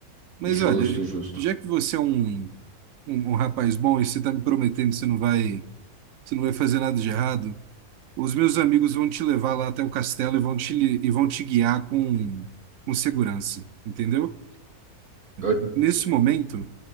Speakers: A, on the right (about 65°); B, on the right (about 80°).
A: Mas
B: justo,
A: olha,
B: justo.
A: já que você é um, um, um rapaz bom e você está me prometendo que você não vai, você não vai fazer nada de errado, os meus amigos vão te levar lá até o castelo e vão te, li- e vão te guiar com, com segurança, entendeu?
B: Eu,
A: Nesse momento.